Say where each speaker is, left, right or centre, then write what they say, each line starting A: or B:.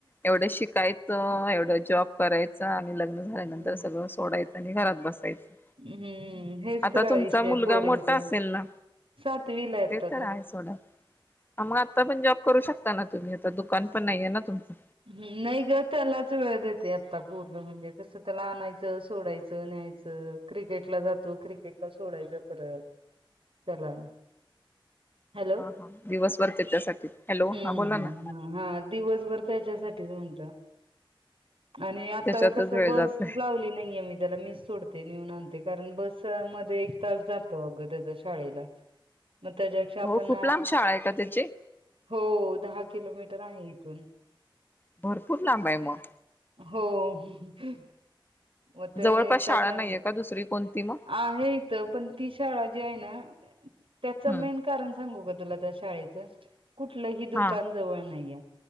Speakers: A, on the left; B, on the right.
A: एवढं शिकायचं एवढं जॉब. करायचं आणि लग्न झाल्यानंतर
B: हम्म
A: सगळं सोडायचं आणि घरात बसायचं.
B: हम् हम् ही
A: आता
B: तर
A: तुमचा
B: विषय
A: मुलगा
B: आहे पोरांचा
A: मोठा असेल ना
B: सातवीला यतत
A: ते तर आहे सोडा मग आता पण जॉब करू शकता ना तुम्ही आता दुकान पण नाहीय ना तुमचं
B: ह् नाही ग त्यालाच वेळ देते आता पूर्ण म्हणजे कसं त्याला आणायचं सोडायचं न्यायचं. क्रिकेटला जातो क्रिकेटला सोडायचं परत त्याला हॅलो
A: हा ह दिवसभरते त्यासाठी हॅलो
B: हम्म
A: हा बोला ना.
B: हा दिवसभर त्याच्यासाठीच म्हणलं. आणि आता
A: त्याच्यातच
B: कस
A: वेळ
B: बस
A: जातोय
B: लावली नाही आ मी त्याला मीस सोडते. नेऊन आणते कारण बस मध्ये एक तास जातो अगं त्याच्या शाळेला. मग त्याच्यापेक्षा... आपण
A: हो खूप लांब शाळा आहे का त्याची
B: हो दहा किलोमीटर आहे इथून
A: भरपूर लांब आहे मग.
B: हो मग ते
A: जवळपास
B: त्याच्या
A: शाळा नाहीये का दुसरी कोणती मग
B: आहे इथ पण ती शाळा जी आहे ना त्याचा
A: हम्म
B: मेन. कारण सांगू का तुला त्या शाळेचं, कुठलंही दुकान
A: हा
B: जवळ नाहीये.